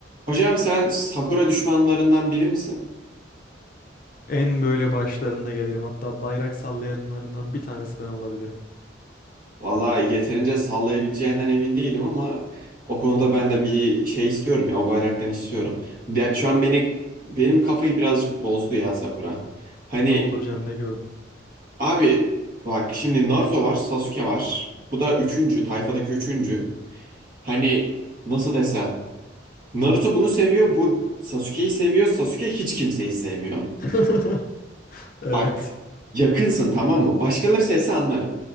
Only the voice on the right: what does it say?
Hocam sen Sakura düşmanlarından biri misin?
Valla yeterince sallayabileceğinden emin değilim ama o konuda ben de bir şey istiyorum ya o bayraktan istiyorum. Ya şu an beni benim kafayı birazcık bozdu ya Sakura. Hani
abi bak şimdi Naruto var, Sasuke var. Bu da üçüncü, tayfadaki üçüncü. Hani nasıl desem Naruto bunu seviyor, bu Sasuke'yi seviyor. Sasuke hiç kimseyi sevmiyor.
Bak yakınsın tamam mı? Başkaları sevse anlarım.